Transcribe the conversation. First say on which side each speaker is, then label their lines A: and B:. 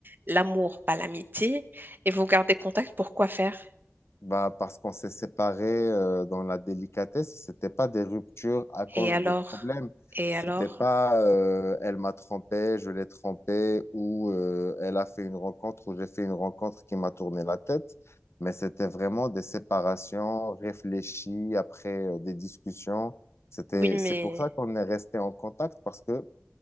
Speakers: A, on the right; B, on the left.
A: l'amour, pas l'amitié, et vous gardez contact, pourquoi faire?
B: Bah, parce qu'on s'est séparés euh, dans la délicatesse, c'était pas des ruptures à cause
A: Et alors?
B: de problèmes.
A: Et
B: C'était
A: alors?
B: pas euh, elle m'a trompé, je l'ai trompé, ou euh, elle a fait une rencontre, ou j'ai fait une rencontre qui m'a tourné la tête. Mais c'était vraiment des séparations réfléchies après euh, des discussions. C'était,
A: Oui, mais
B: c'est pour ça qu'on est resté en contact parce que